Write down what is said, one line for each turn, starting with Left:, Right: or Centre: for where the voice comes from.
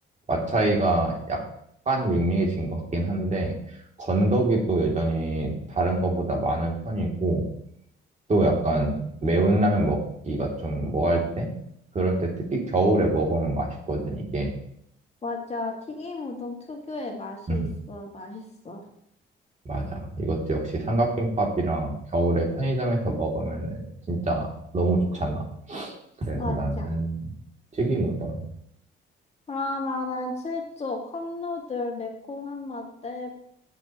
Right: 맛 차이가 약간 밍밍해진 것 같긴 한데, 건더기도 여전히 다른 것보다 많은 편이고, 또 약간 매운 라면 먹기가 좀 뭐할 때? 그럴 때 특히 겨울에 먹으면 맛있거든, 이게.
Left: 맞아. 튀김 우동 특유의 맛이
Right: 음,
Left: 있어. 맛있어.
Right: 맞아. 이것도 역시 삼각김밥이랑 겨울에 편의점에서 먹으면 진짜 너무 좋잖아. 그래서
Left: 맞아.
Right: 나는 튀김우동.
Left: 그러면은 7조 컵누들 매콤한 맛대